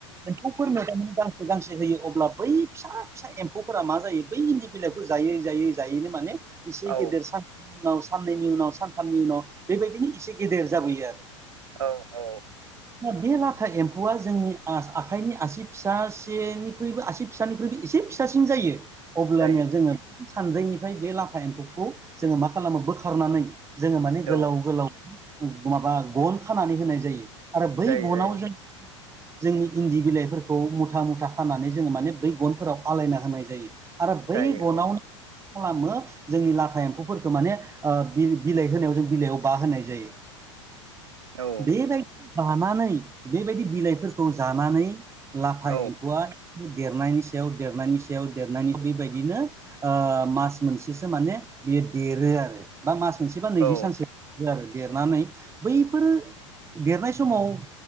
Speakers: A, on the right (about 15°); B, on the right (about 75°).
A: एम्फौफोरनो माने गांसे गांसे होयो अब्ला बै फिसा फिसा एम्फौफोरा मा जायो बैनि बिलाइखौ जायै जायै जायैनो माने इसे
B: औ
A: गेदेर सानथामनि उनाव साननैनि उनाव सानथामनि उनाव बेबायदिनो इसे गेदेर जाबोयो आरो।
B: औ
A: बे लाथा एम्फौआ जोंनि आ-आखाइनि आसि फिसा सेनिख्रुइबो आसि फिसानिख्रुइबो एसे फिसासिन जायो। अब्लानिया
B: जायो
A: जोङो सानद्रैनिफ्राय बे लाथा एम्फौखौ जोङो मा खालामो बोखारनानै जोङो माने गोलाव
B: औ
A: गोलाव माबा गन खानानै होनाय जायो। आरो बै
B: जायो
A: गनाव
B: जायो
A: जों जोंनि इन्दि बिलाइफोरखौ मुथा मुथा खानानै जोङो माने बै गनफोराव आलायना होनाय जायो। आरो बै
B: जायो
A: गनावनो <inaudible> खालामो जोंनि लाथा एम्फौफोरखौ माने ओ बि-बिलाइ होनायाव जों बिलाइयाव बाहोनाय जायो।
B: औ
A: बेबायदि बानानै बेबायदि बिलाइफोरखौ जानानै लाथा
B: औ
A: एम्फौआ देरनायनि सायाव देरनायनि सायाव देरनायनि बैबायदिनो ओ मास मोनसेसो माने बियो देरो आरो। बा मास मोनसे बा नैजि
B: औ
A: सानसो आरो देरनानै बैफोर देरनाय स समाव ओ